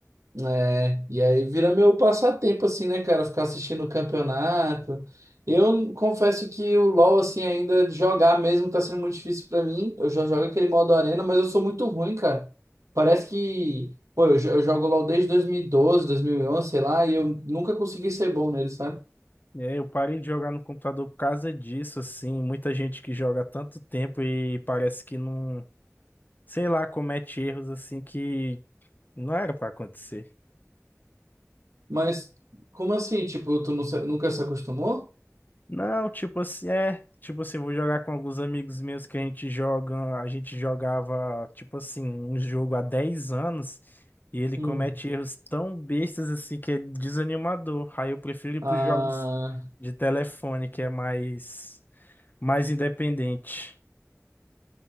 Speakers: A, on the right; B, on the left.
A: né? E aí vira meu passatempo, assim, né, cara, ficar assistindo o campeonato. Eu confesso que o LoL, assim, ainda jogar mesmo tá sendo muito difícil pra mim. Eu já jogo aquele modo arena, mas eu sou muito ruim, cara. Parece que, pô, eu, jo- eu jogo LoL desde 2012, onze sei lá, e eu nunca consegui ser bom nele, sabe?
B: É, eu parei de jogar no computador por causa disso, assim, muita gente que joga há tanto tempo e parece que não sei lá, comete erros assim que não era pra acontecer.
A: Mas, como assim? Tipo, tu não se- nunca se acostumou?
B: Não, tipo assim, é, tipo assim, vou jogar com alguns amigos meus que a gente joga, a gente jogava, tipo assim, um jogo há 10 anos e ele
A: Hum.
B: comete erros tão bestas assim que é desanimador. Aí eu prefiro ir pros
A: Ah.
B: jogos de telefone, que é mais mais independente.